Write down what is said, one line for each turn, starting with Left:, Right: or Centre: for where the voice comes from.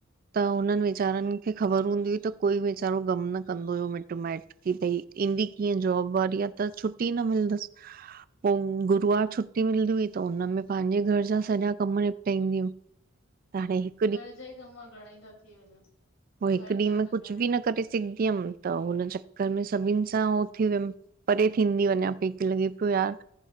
Right: त हुननि वीचारनि खे ख़बर हूंदी हुई त कोई वीचारो ग़मु न कंदो हुयो मिटु माइट्र की भई ईंदी कीअं जॉब वारी आ त छुटी न मिलंदसि पो गुरुवार छुटी मिलंदी हुई त हुनमें पंहिंजे घर जा सॼा कम निपटाईंदी वमि। <unintelligible>
Left: घर जा ई कम घणेई था थी वञनि।
Right: पोइ
Left: घर
Right: हिकु ॾींहं
Left: जा
Right: में कुझु
Left: घणेई
Right: बि न करे सघंदी यमि। त हुन चक्कर में सभिनि सां हो थी वियमि परे थींदी वञा पई त लॻे पियो यार